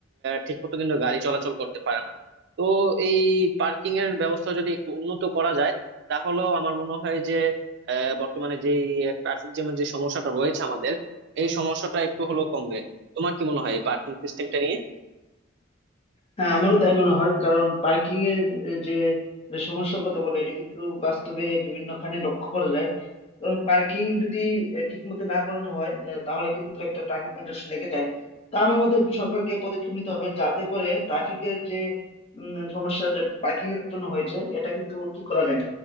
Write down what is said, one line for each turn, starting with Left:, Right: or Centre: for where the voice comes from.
Right: ঠিক মতো কিন্তু গাড়ি চলাচল করতে পারে না তো এই পার্কিং এর ব্যবস্থা যদি একটু উন্নত করা যায় তাহলেও আমার মনে হয় যে আহ, বর্তমানে যে ট্রাফিক জ্যামের যে সমস্যাটা রয়েছে আমাদের এই সমস্যাটা একটু হলেও কমবে তোমার কি মনে হয় এই পার্কিং সিস্টেমটা নিয়ে
Left: হ্যাঁ আমারও তাই মনে হয় কারণ পার্কিং এর এ, যে যে সমস্যার কথা বলে এটা কিন্তু বাস্তবে বিভিন্নখানে লক্ষ্য করা যায় কারণ পার্কিং যদি ঠিক মতো না করানো হয় এ, তাহলে কিন্তু একটা ট্রাফিক কন্ডিশন লেগে যায় তা আমার মতে সরকারকে পদক্ষেপ নিতে হবে যাতে করে ট্রাফিকের যে উম, সমস্যা যে পার্কিং এর জন্য হয়েছে এটা কিন্তু ঠিক করা যায়